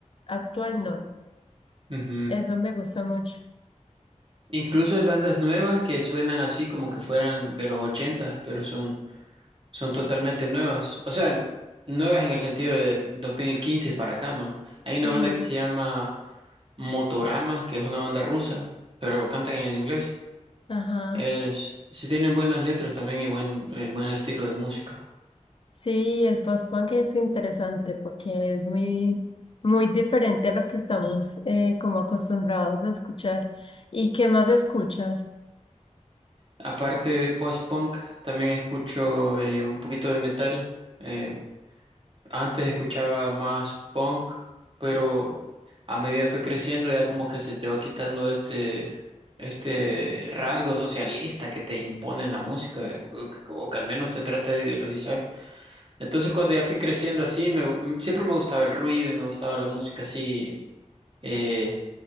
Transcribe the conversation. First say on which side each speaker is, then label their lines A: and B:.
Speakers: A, on the left (about 45°); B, on the right (about 45°).
A: actual, no.
B: Ujú.
A: Eso me gusta mucho.
B: Incluso hay bandas nuevas que suenan así como que fueran de los ochentas, pero son Son totalmente nuevas. O sea, nuevas en el sentido de 2015 para acá, ¿no? Hay una
A: Sí,
B: banda que se llama Motorama, que es una banda rusa, pero cantan en inglés.
A: ajá.
B: Es, sí tienen buenas letras también y buen, eh, buen estilo de música.
A: Sí, el post-punk es interesante porque es muy, muy diferente a lo que estamos eh, como acostumbrados a escuchar. ¿Y qué más escuchas?
B: Aparte de post-punk, también escucho eh, un poquito de metal. eh, Antes escuchaba más punk, pero a medida fue creciendo ya como que se te va quitando este, este rasgo socialista que te impone en la música, o que o que al menos te trata de ideologizar. Entonces cuando ya fui creciendo así, me, siempre me gustaba el ruido y me gustaba la música así. eh,